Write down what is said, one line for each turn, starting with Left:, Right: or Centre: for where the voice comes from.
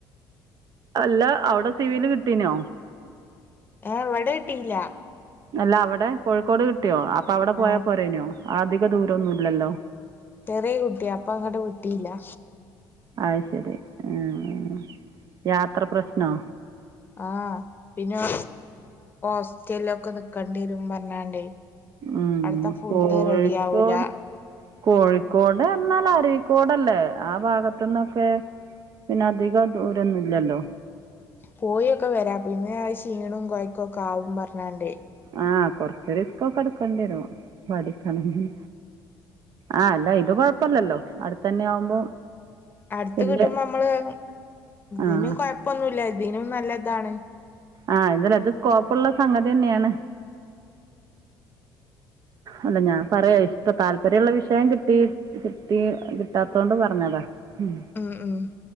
Right: അല്ല അവിടെ സിവില് കിട്ടീനോ
Left: ഏ ഇവിടെ കിട്ടീലാ
Right: അല്ല അവിടെ കോഴിക്കോട് കിട്ടിയോ അപ്പൊ അവിട പോയാ
Left: ആഹ്
Right: പോരേനോ അധിക ദൂരോന്നുല്ലല്ലോ
Left: ചെറിയ കുട്ടിയാ അപ്പ അങ്ങട്ട് വിട്ടീലാ
Right: അയ്ശരി ഉം യാത്ര പ്രശ്നോ
Left: ആഹ് പിന്നെ ഹോസ്റ്റലൊക്ക നിക്കണ്ടി വരും പറഞ്ഞാണ്ടേ
Right: ഉം
Left: അവിടുത്തെ ഫുഡ്
Right: കോഴിക്കോട്
Left: റെഡി ആവൂല
Right: കോഴിക്കോട് എന്നാല് അരീക്കോടല്ലേ ആ ഭാഗത്തുന്നൊക്കെ പിന്നെ അധികം ദൂരൊന്നുല്ലല്ലോ
Left: പോയി ഒക്കെ വരാം പിന്നെ ക്ഷീണോം കൊയ്കൊക്ക ആവും പറഞ്ഞാണ്ടെ
Right: ആഹ് കൊറച്ച് റിസ്കൊക്കെ എടുക്കേണ്ടി വരും പഠിക്കണങ്കി ആഹ് അല്ല ഇത് കൊഴപ്പല്ലല്ലോ അടുത്തന്നെ ആവുമ്പോ
Left: അടുത്ത്
Right: വല്യ
Left: കിട്ടുമ്പോ നമ്മള് ഇതിനു
Right: ആഹ്
Left: കൊഴപ്പൊന്നുല്ല ഇതിനും നല്ലദാണ്
Right: ആഹ് ഇതല്ല ഇത് സ്കോപ്പുള്ള സംഗതിന്നെയാണ് അല്ല ഞാൻ പറയാ ഇഷ്ടം താല്പര്യ ഉള്ള വിഷയം കിട്ടി കിട്ടി കിട്ടാത്തോണ്ട് പറഞ്ഞതാ ഉം
Left: ഉം ഉം